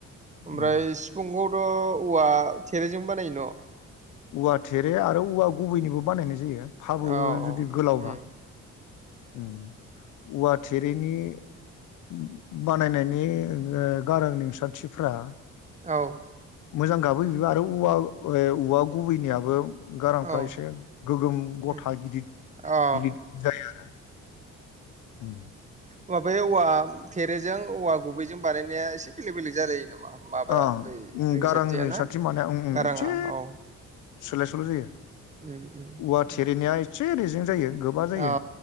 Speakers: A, on the right (about 25°); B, on the left (about 80°).
A: ओमफ्राय
B: मोजां
A: सिफुंखौ। खो औवा थेरेजों बानायो न'।
B: औवा थेरे आरो औवा गुबैनिबो बानायनाय जायो फाबो
A: औ औ
B: जुदि गोलावबा।
A: उम
B: उम औवा थेरिनि। उम बानायनायनि ओ गारां रिंसारथिफ्रा।
A: औ।
B: मोजां गाबो बिबो आरो औवा ओ औवा गुबैनियाबो। गारांफ्रा
A: औ
B: एसे गोगोम गथा
A: उम
B: गिदिर गिदिर
A: औ
B: जायो आरो। उम
A: माबायाव औवा थेरोजों औवा गुबैजों बानायनाया एसे बेलेग बेलेग जालायो नामा। माबाया
B: अ ओम
A: बै रिंसारथिया
B: गारां रिंसारथि
A: ना
B: माने ओम ओम
A: गाराङा
B: इसे
A: औ
B: सोलाय सोल' जायो।
A: उम उम
B: औवा थेरेनाया एसे रेजों जायो गोबा जायो
A: औ